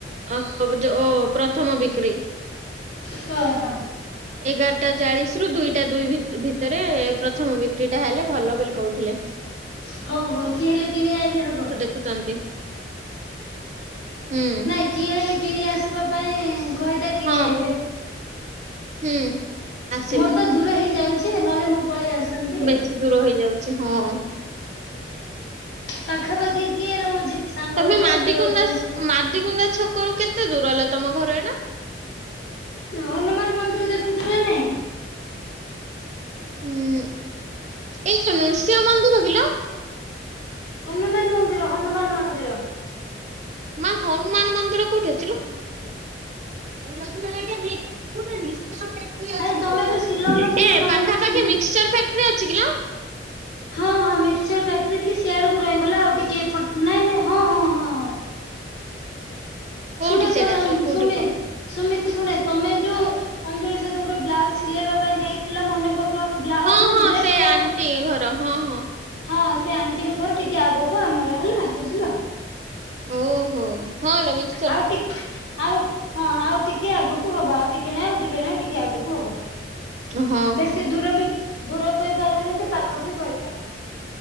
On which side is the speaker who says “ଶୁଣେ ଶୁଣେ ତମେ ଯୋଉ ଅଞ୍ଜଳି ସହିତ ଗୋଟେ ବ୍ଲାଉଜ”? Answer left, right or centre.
Left